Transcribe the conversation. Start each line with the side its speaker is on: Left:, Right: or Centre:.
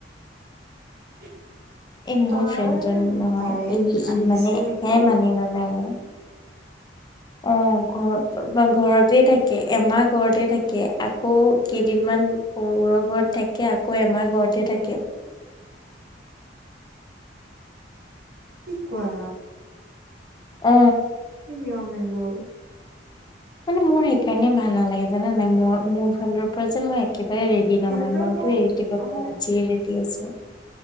Right: <unintelligible>
Left: এই মোৰ
Right: তাৰ
Left: ফ্ৰেণ্ডজন নহয়
Right: বায়েক
Left: ই
Right: আহিছে
Left: ই মানে হেয়া
Right: নেকি
Left: মানি ললে আৰু। অ ঘ বা ঘৰতে থাকে এমাহ ঘৰতে থাকে আকৌ কেইদিনমান। সহুৰৰ ঘৰত থাকে আকৌ এমাৰ ঘৰতে থাকে।
Right: কি কোৱা।
Left: অ।
Right: কি নিয়ম এইবোৰ।
Left: মানে মোৰ সেইকাৰণে ভাল নালাগে জানা নাই মই মোৰ ফালৰ পৰা যে মই। একেবাৰে ৰেডি
Right: সিহঁতেওতো
Left: নহয় মইতো এৰি দিবলে
Right: অ
Left: আজিয়ে ৰেডি আছো।